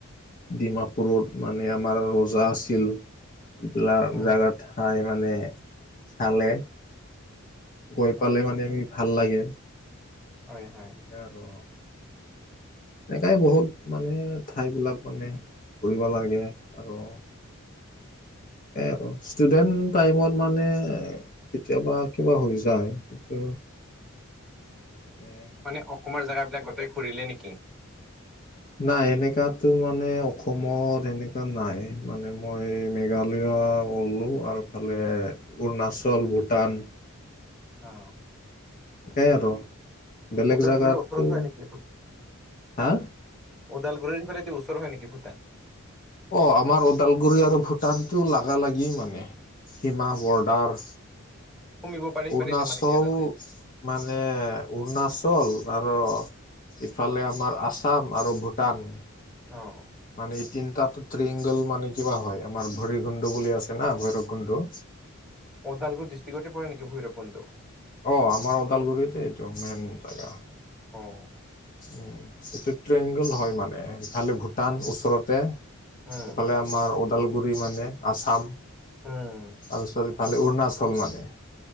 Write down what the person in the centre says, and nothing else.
উম
হয়
হয়, হয়।
মানে অসমৰ জেগাবিলাক গোটই ঘূৰিলে নেকি?
অ'।
উদালগুৰিৰ
ওচৰত হয় নেকি
ওদালগুৰি পৰাদি ওচৰ হয়, নেকি ভূটান?
সুমিব পাৰে সিফালে
দিয়ে মানে গেট আছে।
অ'
ওদালগুৰি ডিষ্টিকতে পৰে নেকি ভৈৰৱকুণ্ড?
অ'।
উম,
উম,